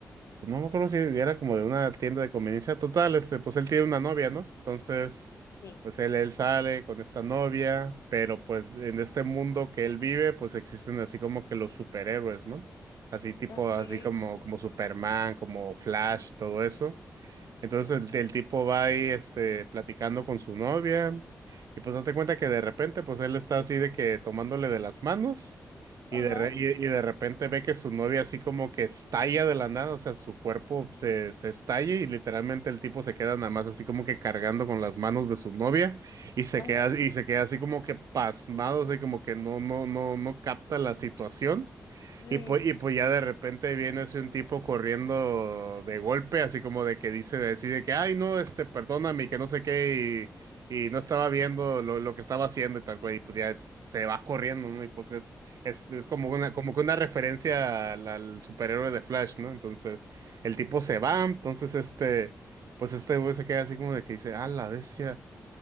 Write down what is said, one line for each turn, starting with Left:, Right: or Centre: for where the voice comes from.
Right: pues, No me acuerdo si era como de una tienda de conveniencia. Total, este, pues él tiene una novia, ¿no? Entonces,
Left: Sí.
Right: pues él, él sale con esta novia, pero pues en este mundo que él vive, pues existen así como que los superhéroes, ¿no? Así tipo,
Left: Ok.
Right: así como, como Superman, como Flash, todo eso. Entonces
Left: Sí.
Right: el, el tipo va ahí este, platicando con su novia y pues hazte cuenta que de repente pues él está así de que tomándole de las manos y
Left: Ajá.
Right: de, re- y, y de repente ve que su novia así como que estalla de la nada, o sea, su cuerpo se, se estalla y literalmente el tipo se queda nada más así como que cargando con las manos de su novia y se
Left: Ajá.
Right: queda, y se queda así como que pasmado, o sea, como que no, no, no, no capta la situación.
Left: Sí.
Right: Y pues, y pues ya de repente viene así un tipo corriendo de golpe, así como de que dice, decide que, ay, no, este, perdóname, que no sé qué, y, y no estaba viendo lo, lo que estaba haciendo y tal cual, y pues ya se va corriendo, ¿no? Y pues es, es, es como una, como que una referencia al, al superhéroe de Flash, ¿no? Entonces, el tipo se va, entonces este, pues este güey se queda así como de que dice, ah, la bestia.